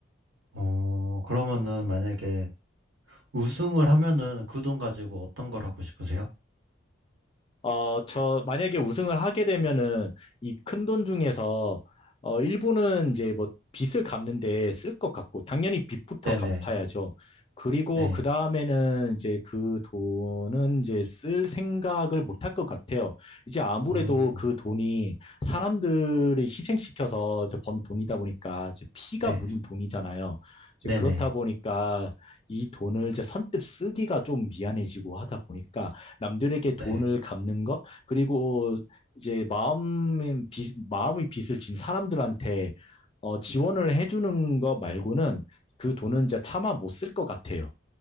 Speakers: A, on the right; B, on the left.
A: 어, 그러면은 만약에 우승을 하면은 그 돈 가지고 어떤 걸 하고 싶으세요?
B: 어, 저, 만약에 우승을 하게 되면은 이 큰돈 중에서 어, 일부는 이제 뭐 빚을 갚는데 쓸 것 같고, 당연히 빚부터
A: 네네.
B: 갚아야죠. 그리고
A: 네.
B: 그 다음에는 이제 그 돈은 이제 쓸 생각을 못할 것 같아요. 이제 아무래도
A: 음,
B: 그 돈이 사람들을 희생시켜서 이제 번 돈이다 보니까 이제 피가
A: 네.
B: 묻은 돈이잖아요. 이제
A: 네네.
B: 그렇다 보니까 이 돈을 이제 선뜻 쓰기가 좀 미안해지고 하다 보니까 남들에게 돈을
A: 네.
B: 갚는 거, 그리고 이제 마음, 빚, 마음의 빚을 진 사람들한테 어, 지원을 해주는 거 말고는 그 돈은 이제 차마 못 쓸 것 같아요.